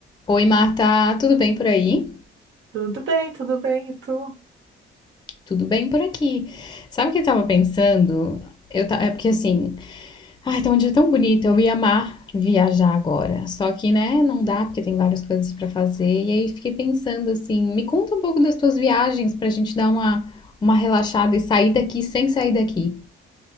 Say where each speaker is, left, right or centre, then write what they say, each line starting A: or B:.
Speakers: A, on the left; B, on the right.
A: Oi, Marta, tudo bem por aí?
B: Tudo bem, tudo bem, e tu?
A: Tudo bem por aqui. Sabe o que eu tava pensando? Eu ta... É porque assim, ai, tá um dia tão bonito, eu ia amar viajar agora. Só que, né, não dá porque tem várias coisas pra fazer. E aí fiquei pensando assim, me conta um pouco das tuas viagens pra gente dar uma uma relaxada e sair daqui sem sair daqui.